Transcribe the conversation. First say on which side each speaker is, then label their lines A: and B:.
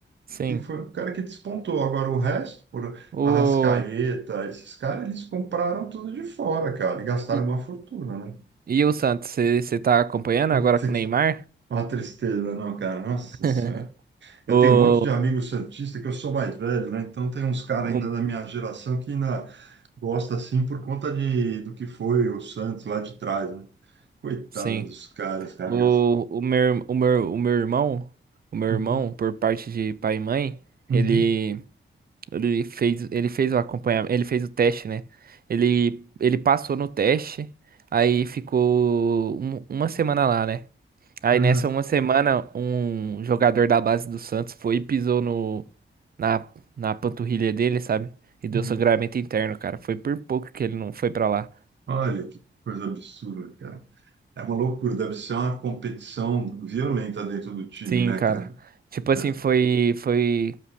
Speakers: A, on the right; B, on the right.
A: Sim.
B: que foi o cara que despontou. Agora o resto, por
A: O...
B: Arrascaeta, esses caras, eles compraram tudo de fora, cara, e gastaram
A: E,
B: uma fortuna, né?
A: e o Santos, você tá acompanhando
B: Puta,
A: agora com o
B: que
A: Neymar?
B: Uma tristeza, não, cara. Nossa
A: <laughs>
B: Senhora. Eu
A: O,
B: tenho um monte de amigo santista que eu sou mais velho, né? Então tem uns caras
A: o-
B: ainda da minha geração que ainda gosta assim por conta de do que foi o Santos lá de trás, né? Coitado
A: sim.
B: dos caras, cara.
A: O,
B: gasta-
A: o meu, o meu, o meu irmão, o meu
B: Uhum,
A: irmão, por parte de pai e mãe,
B: uhum,
A: ele, ele fez, ele fez o acompanhamento, ele fez o teste, né? Ele, ele passou no teste, aí ficou um- uma semana lá, né? Aí
B: é,
A: nessa uma semana, um jogador da base do Santos foi e pisou no, na, na panturrilha dele, sabe? E deu
B: uhum.
A: sangramento interno, cara. Foi por pouco que ele não foi pra lá.
B: Olha que coisa absurda, cara. É uma loucura, deve ser uma competição violenta dentro do time,
A: Sim,
B: né,
A: cara.
B: cara?
A: Tipo assim,
B: É,
A: foi, foi